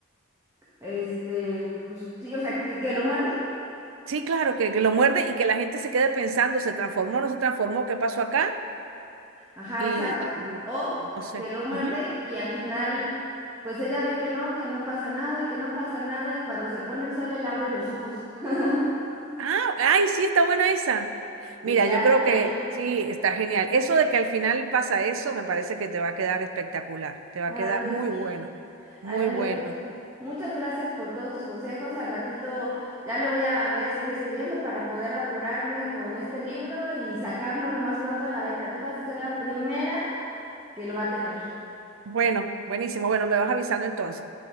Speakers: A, on the right (about 15°); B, on the right (about 70°).
A: este, pues sí, o sea, que, que lo muerde
B: sí, claro, que, que lo muerde y que la gente se quede pensando, ¿se transformó, no se transformó, qué pasó acá?
A: Ajá,
B: Y,
A: exacto.
B: y-
A: O
B: y no sé.
A: que lo muerde
B: ujú.
A: y al final, pues ella ve que no, que no pasa nada y que no pasa nada y cuando se pone el sol él abre los ojos. <laughs>
B: Ah, ay, sí, está buena esa. Mira,
A: Y ya,
B: yo creo
A: ahí.
B: que sí, está genial. Eso de que al final pasa eso, me parece que te va a quedar espectacular, te va
A: Ay,
B: a quedar
A: pues
B: muy
A: sí.
B: bueno, muy
A: Ay, amiga,
B: bueno.
A: pues muchas gracias por todos tus consejos. Al ratito ya le voy a, voy a seguir escribiendo para poder apurarme con este libro y sacarlo lo más pronto a la venta. Tú vas a ser la primera que lo va a tener.
B: Bueno, buenísimo. Bueno, me vas avisando entonces.